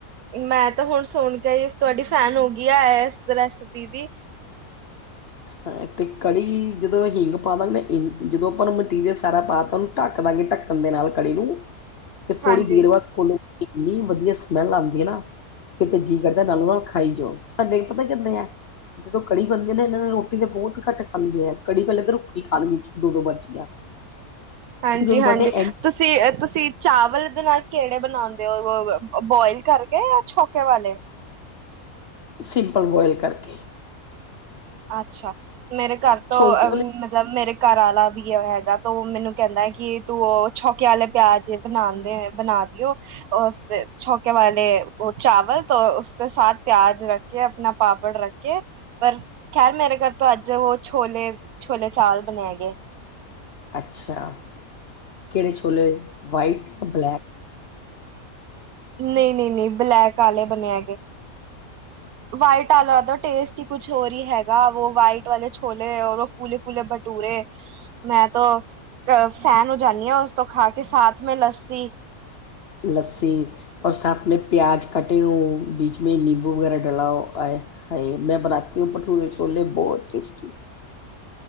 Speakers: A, on the right (about 80°); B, on the left (about 55°).
A: ਮੈਂ ਤਾਂ ਹੁਣ ਸੁਣ ਕੇ ਤੁਹਾਡੀ ਫੈਨ ਹੋ ਗਈ ਆ ਇਸ ਰੈਸਿਪੀ ਦੀ
B: ਹਾਂ, ਤੇ ਕੜੀ ਜਦੋਂ ਹਿੰਗ ਪਾ ਦਾਂਗੇ ਨਾ ਜਦੋਂ ਆਪਾਂ ਨੂੰ ਮਟੀਰੀਅਲ ਸਾਰਾ ਪਾ ਤਾ ਉਹਨੂੰ ਢੱਕ ਦਾਂਗੇ ਢੱਕਣ ਦੇ ਨਾਲ ਕੜੀ ਨੂੰ ਤੇ ਥੋੜ੍ਹੀ
A: ਹਾਂਜੀ
B: ਦੇਰ ਬਾਅਦ ਖੋਲੋ ਇੰਨੀ ਵਧੀਆ ਸਮੈੱਲ ਆਂਦੀ ਏ ਨਾ ਫਿਰ ਤੇ ਜੀਅ ਕਰਦਾ ਨਾਲੋਂ-ਨਾਲ ਖਾਈ ਜਾਓ ਸਾਡੇ ਪਤਾ ਕਿੰਨੇ ਆ, ਜਦੋਂ ਕੜੀ ਬੰਦੇ ਨਾ ਇਹਨਾਂ ਨਾਲ ਰੋਟੀ ਬਹੁਤ ਘੱਟ ਖਾਂਦੇ ਆ ਕੜੀ ਪਹਿਲੇ ਤਾਂ ਰੁੱਖੀ ਖਾਣਗੇ ਦੋ-ਦੋ ਬਾਟੀਆਂ <inaudible>
A: ਹਾਂਜੀ-ਹਾਂਜੀ
B: ਦੋ ਬਾਟੀਆਂ ਇੰਝ
A: ਤੁਸੀਂ-ਤੁਸੀਂ ਚਾਵਲੲ ਇਹ ਦੇ ਨਾਲ ਕਿਹੜੇ ਬਣਾਉਂਦੇ ਹੋ ਬੋਇਲ ਕਰਕੇ ਜਾਂ ਛੋਕੇ ਵਾਲੇ?
B: ਸਿੰਪਲ ਬੋਆਇਲ ਕਰਕੇ।
A: ਅੱਛਾ, ਮੇਰੇ ਘਰ ਤੋਂ
B: ਛੋਂਕੇ
A: ਅਮ
B: ਵਾਲੇ
A: ਮਤਲਬ, ਮੇਰੇ ਘਰ ਆ ਵੀ ਹੈਗਾ ਤਾਂ ਉਹ ਮੈਨੂੰ ਕਹਿੰਦਾ ਕਿ ਤੂੰ ਉਹ ਛੌਕੇ ਆਲੇ ਪਿਆਜ ਬਣਾਂਦੇ ਬਣਾ ਦਿਓ। ਉਸ ਤੇ ਛੌਕੇ ਵਾਲੇ ਚਾਵਲ ਤੋਂ ਉਸ ਸੇ ਸਾਥ ਪਿਆਜ ਰੱਖ ਕੇ ਆਪਣਾ ਪਾਪੜ ਰੱਖ ਕੇ ਪਰ ਖੈਰ ਮੇਰੇ ਘਰ ਤੋਂ ਅੱਜ ਉਹ ਛੋਲੇ- ਛੋਲੇ ਚਾਵਲ ਬਣੇ ਹੈ ਗਏ।
B: ਅੱਛਾ! ਕਿਹੜੇ ਛੋਲੇ ਵਾਈਟ ਜਾਂ ਬਲੈਕ?
A: ਨਹੀਂ-ਨਹੀਂ-ਨਹੀਂ ਬਲੈਕ ਆਲੇ ਬਣੇ ਹੈਗੇ। ਵਾਈਟ ਆਲਿਆ ਦਾ ਟੇਸਟ ਈ ਕੁਛ ਹੋਰੀ ਹੈਗਾ ਵੋ ਵਾਈਟ ਵਾਲੇ ਛੋਲੇ ਔਰ ਵੋ ਫੂਲੇ-ਫੂਲੇ ਬਟੂਰੇ। ਮੈਂ ਤੋਂ ਫੈਨ ਹੋ ਜਾਨੀ ਆਂ ਉਸ ਤੋਂ ਖਾ ਕੇ ਸਾਥ ਮੈਂ ਲੱਸੀ।
B: ਲੱਸੀ ਫਿਰ ਸਾਥ ਮੈਂ ਪਿਆਜ਼ ਕੱਟੇ ਓ, ਬੀਚ ਮੈਂ ਨਿੰਬੂ ਵਗੈਰਾ ਡਲਾ ਓ ਆਏ- ਹਾਏ, ਮੈਂ ਬਣਾਤੀ ਹੂੰ ਭਠੂਰੇ-ਛੋਲੇ ਬਹੁਤ ਟੇਸਟੀ।